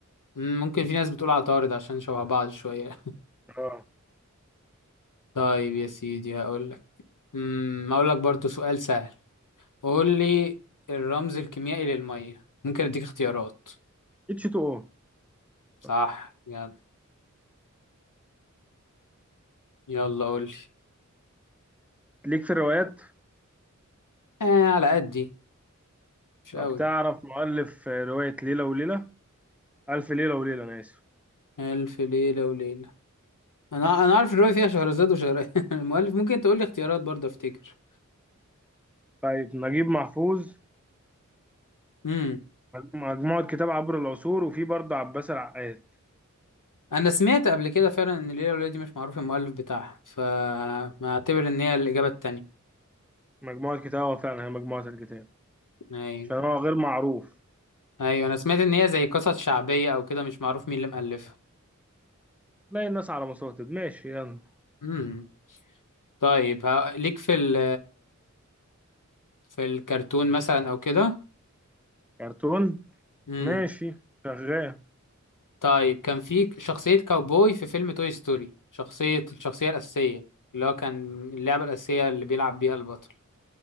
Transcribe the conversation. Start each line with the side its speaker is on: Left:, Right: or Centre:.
Left: مم، ممكن في ناس بتقول عطارد عشان شبه بعض شوية
Centre: اه
Left: طيب يا سيدي هقول لك امم هقول لك برضو سؤال سهل قول لي الرمز الكيميائي للمية ممكن اديك اختيارات
Centre: اتش 2 او
Left: صح
Centre: بس
Left: يلا يلا قول لي
Centre: ليك في الروايات
Left: آه على قدي مش
Centre: طب
Left: قوي
Centre: تعرف مؤلف روايه ليله وليله الف ليله وليله انا اسف
Left: ألف ليلة وليلة انا انا عارف الرواية فيها شهرزاد وشهر <laughs> المؤلف ممكن تقول لي اختيارات برضه افتكر
Centre: طيب نجيب محفوظ
Left: امم
Centre: مجموعه كتاب عبر العصور وفي برضه عباس العقاد
Left: انا سمعت قبل كده فعلا ان ليلة وليلة دي مش معروف المؤلف بتاعها فما اعتبر ان هي الإجابة التانية
Centre: مجموعة كتاب هو فعلا هي مجموعة الكتاب
Left: أيوة.
Centre: عشان هو غير معروف
Left: ايوه انا سمعت ان هي زي قصص شعبيه او كده مش معروف مين اللي مؤلفها
Centre: تلاقي الناس على مصادر ماشي يلا
Left: امم طيب ها- ليك في ال في الكرتون مثلا او كده
Centre: كرتون
Left: امم
Centre: ماشي شغال
Left: طيب كان في شخصيه كاوبوي في فيلم توي ستوري شخصيه الشخصيه الاساسيه اللي هو كان اللعبه الاساسيه اللي بيلعب بيها البطل